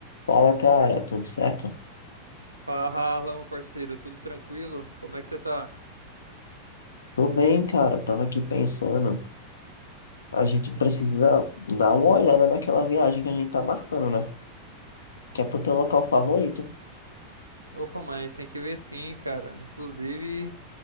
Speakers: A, on the left; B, on the right.
A: Fala, cara, tudo certo?
B: Fala, meu parceiro, tudo tranquilo? Como é que você tá?
A: Tô bem, cara. Tava aqui pensando, a gente precisa dar uma olhada naquela viagem que a gente tá marcando, né? Que é pro teu local
B: Op-
A: favorito.
B: Opa, mãe, a gente tem que ver sim, cara. Inclusive,